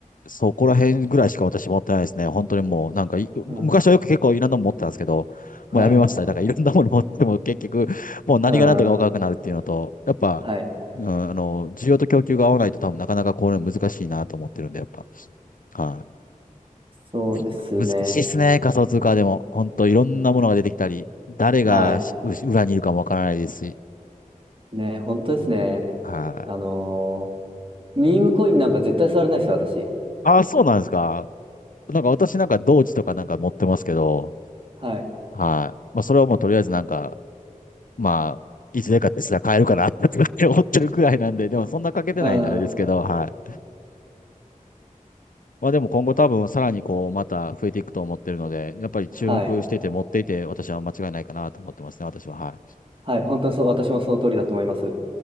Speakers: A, on the left; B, on the right.
A: そこら辺ぐらいしか私持ってないですね。本当にもう、なんかい、
B: うん。
A: 昔はよく結構いろんなもの持ってたんですけど、
B: はい。
A: もうやめました。だからいろんなもの持っても結局、もう何が何だか分からなくなるっていうのと、
B: うん。
A: やっぱ、
B: はい。
A: うん、あの、需要と供給が合わないと多分なかなかこれ難しいなと思ってるんで、やっぱ。は
B: そうですね。
A: い。難しいですね、仮想通貨でも。本当いろんなものが出てきたり、誰がう裏にいるかもわからないですし。
B: はい。ね、本当ですね。
A: はい。
B: あのーミームコインなんか絶対触れないですよ、私。
A: ああ、そうなんですか。なんか私なんか同時とかなんか持ってますけど、
B: はい。
A: はい。まあ、それはもうとりあえずなんか、まあ、いつでかってすら買えるかなって思ってるくらいなんで、でもそんなかけてないんであれですけど、
B: うん。は
A: はい。まあでも今後多分さらにこう、また増えていくと思ってるので、やっぱり注目してて持っていて、
B: い。
A: 私は間違いないかなと思ってますね、私は。はい。
B: はい。本当にそう、私もその通りだと思います。